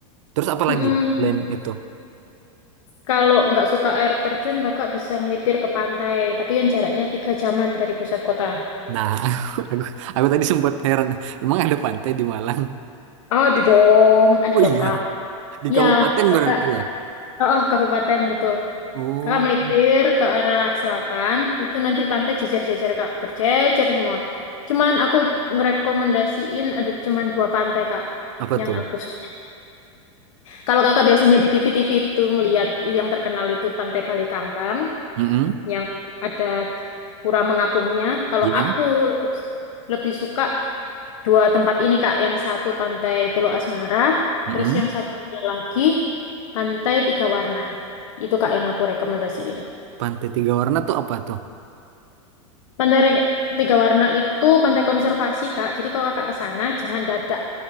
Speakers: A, on the right; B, on the left.
A: Terus apa lagi
B: Mm-mm.
A: selain itu?
B: Kalau nggak suka air terjun, kakak bisa melipir ke pantai. Tapi yang jaraknya tiga jaman dari pusat kota.
A: Nah, <laughs> aku, aku tadi sempat heran. Emang ada pantai di Malang?
B: Oh, Ada dong, ada
A: Oh
B: dong
A: iya,
B: kak.
A: di
B: Ya,
A: kabupaten
B: kakak.
A: berarti ya?
B: Oh, oh, kabupaten betul.
A: Oh,
B: Kakak melipir ke arah selatan, itu nanti pantai jejer-jejer kak, berjejer semua. Cuman aku ngerekomendasiin ada cuman dua pantai kak
A: apa
B: yang
A: tuh?
B: aku suka. Kalau kakak biasanya di TV-TV itu ngelihat yang terkenal itu Pantai Balekambang
A: Mm-mm,
B: yang ada pura mengapungnya. Kalau
A: ya,
B: aku lebih lebih suka dua tempat ini Kak, yang satu Pantai Teluk Asmara,
A: mm-mm.
B: terus yang satunya lagi Pantai Tiga Warna. Itu Kak yang aku rekomendasiin.
A: Pantai Tiga Warna tuh apa tuh?
B: Pantai Re- Tiga Warna itu pantai konservasi Kak. Jadi kalau Kakak ke sana jangan dadak